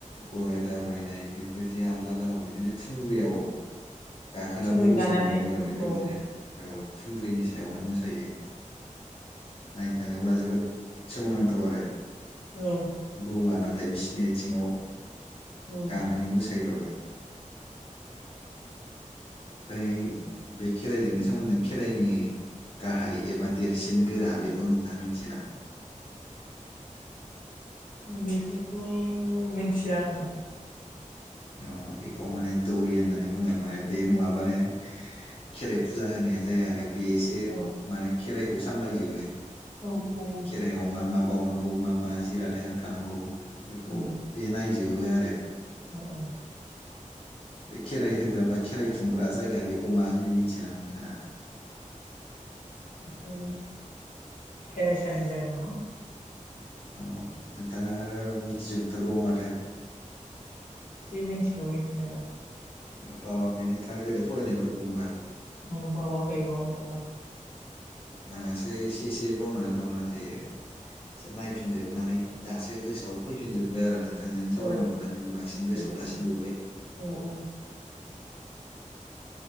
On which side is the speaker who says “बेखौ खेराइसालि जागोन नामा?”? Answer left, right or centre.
Left